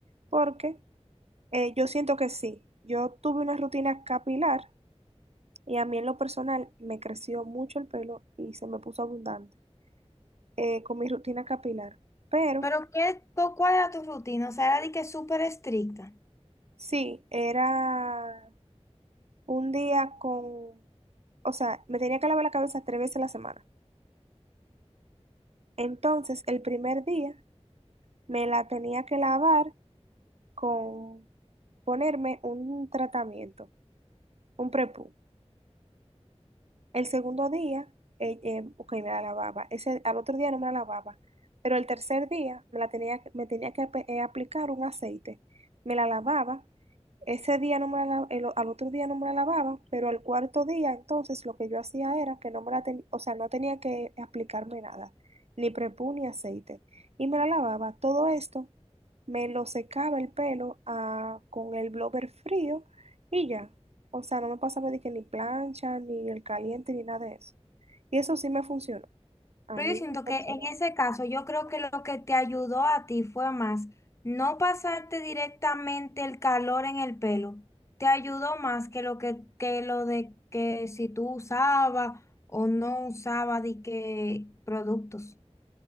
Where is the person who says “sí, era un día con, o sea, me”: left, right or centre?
Right